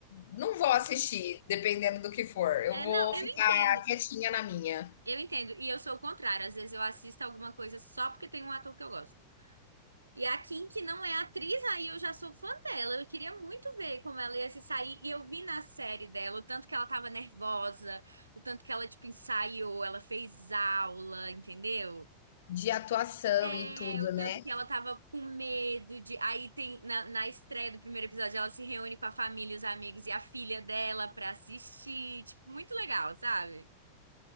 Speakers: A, on the left (about 55°); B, on the right (about 75°).
A: não vou assistir, dependendo do que for. Eu
B: É,
A: vou
B: não, eu
A: ficar
B: entendo,
A: quietinha na minha,
B: eu entendo. E eu sou o contrário, às vezes eu assisto alguma coisa só porque tem um ator que eu gosto. E a Kim, que não é atriz, aí eu já sou fã dela. Eu queria muito ver como ela ia se sair. E eu vi na série dela o tanto que ela tava nervosa, o tanto que ela, tipo, ensaiou, ela fez aula, entendeu?
A: de atuação
B: É,
A: e tudo,
B: o tanto
A: né?
B: que ela tava com medo de. Aí tem, na, na estreia do primeiro episódio, ela se reúne com a família, os amigos e a filha dela pra assistir. Tipo, muito legal, sabe?